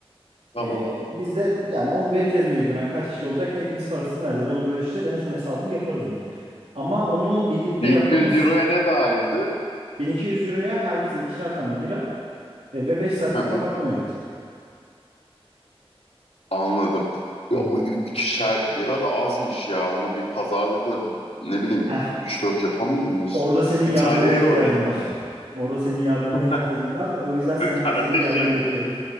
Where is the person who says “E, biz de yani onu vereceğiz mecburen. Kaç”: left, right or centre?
Right